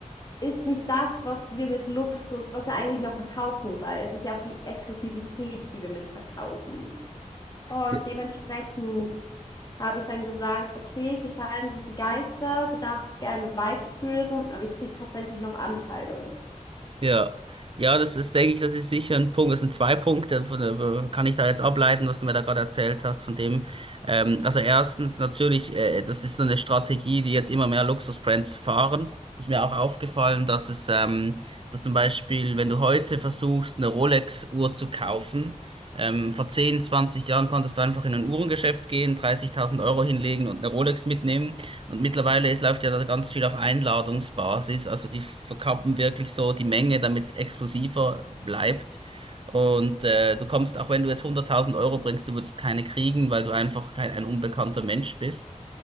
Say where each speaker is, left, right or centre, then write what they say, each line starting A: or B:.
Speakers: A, on the left; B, on the right.
A: Ist nicht das, was wir mit Luxus, was wir eigentlich noch verkaufen, weil es ist ja auch die Exklusivität, die wir mit verkaufen. Und
B: Ja.
A: dementsprechend habe ich dann gesagt, okay, hier scheiden sich die Geister, du darfst gerne weiterführen, aber ich kriege tatsächlich noch Anteile.
B: Ja, Ja, das ist, denke ich, das ist sicher ein Punkt. Das sind zwei Punkte, äh, von, äh, kann ich da jetzt ableiten, was du mir da gerade erzählt hast, von dem. Ähm, also erstens natürlich, äh, das ist so eine Strategie, die jetzt immer mehr Luxusbrands fahren. Ist mir auch aufgefallen, dass es, ähm, dass zum Beispiel, wenn du heute versuchst, eine Rolex-Uhr zu kaufen, ähm, vor 10, 20 Jahren konntest du einfach in ein Uhrengeschäft gehen, 30.000 Euro hinlegen und eine Rolex mitnehmen. Und mittlerweile, es läuft ja da ganz viel auf Einladungsbasis. Also die verkappen wirklich so die Menge, damit es exklusiver bleibt. Und äh, du kommst, auch wenn du jetzt 100.000 Euro bringst, du würdest keine kriegen, weil du einfach kein ein unbekannter Mensch bist.